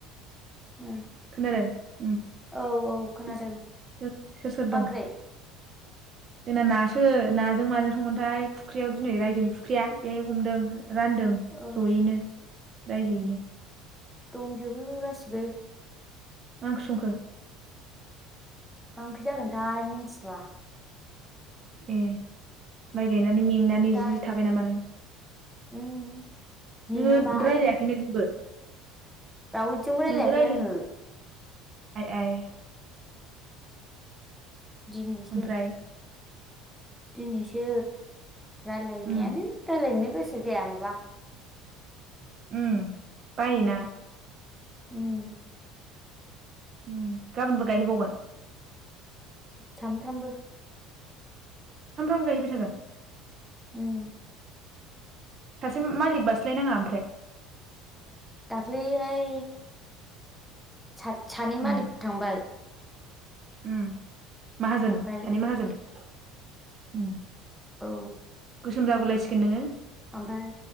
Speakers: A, in the centre; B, on the right (about 40°).
A: उम
B: <unintelligible>
A: औ औ खोनादों
B: सोर
A: मा
B: सोर सोर दं
A: ओंख्रि?
B: जोंना नासो नाजों माजों संगोनथाय फुख्रियाव दिनै रायजोनि फुख्रिया बेहाय हमदों। रानदों
A: ओ
B: जयैनो। रायजोयैनो
A: दंजोबो गासिबो।
B: मा ओंख्रि संखो?
A: मा ओंख्रि जागोनथाय मिन्थिथ'आ
B: ए माइ गा नानै मेंनानै
A: दा
B: जि थाबाय नामा नों
A: उम मेङाबा
B: नोंओ
A: आयौ
B: रायलायाखैनो नोंबो
A: रावजोंबो रायलायाखै
B: नोंबो रायलाय
A: आङो
B: <unintelligible> एह
A: दिनैसो
B: ओमफ्राय
A: दिनैसो रायलायनायानो
B: उम
A: रायलायनो गोसो जाया माबा।
B: उम बायोना।
A: उम
B: उम गाबोनबो गायहैबावगोन?
A: सामफ्रोमबो?
B: सामफ्रोमबो गायहैबाय थागोन?
A: उम
B: सासे मालिक बास्लायनाङा ओमफ्राय?
A: दाखलै हाय सा-सानै
B: उम
A: मालिक थांबाय।
B: उम माहाजोन
A: ओमफ्राय
B: सानै माहाजोन। उम।
A: औ।
B: गोसोम जागुलायसिगोन नोङो।
A: ओमफाय